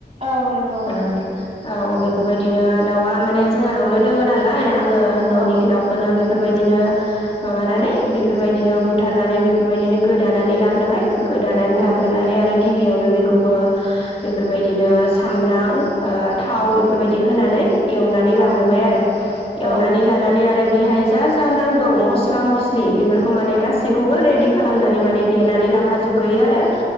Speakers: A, on the right (about 40°); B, on the left (about 35°).
A: औ नंगौ।
B: ओ औ बेफोरबायदिनो दाउआ माने जोंहानावनो दङो नालाय आङो
A: औ
B: न'नि दाउखौनो बेफोरबायदिनो माबानानै बेफोरबायदिनो बुथारनानै बेबायदिनो गोदानानै लाग्रोबाय। गोदानानै
A: औ
B: लाग्रोनानै आरो गिबियावनो बेखौबो बेफोरबायदिनो सामब्राम ओ थाव बेफोरबायदि होनानै एवनानै
A: औ
B: लाग्रोबाय आरो,
A: औ
B: एवनानै लानानै आरो बेहाय जा जा नांगौ मस्ला मस्लि बेफोरखौ माने गासैखौबो रेडि खालामनानै माने देनानै ला खाजोबग्रोयो आरो।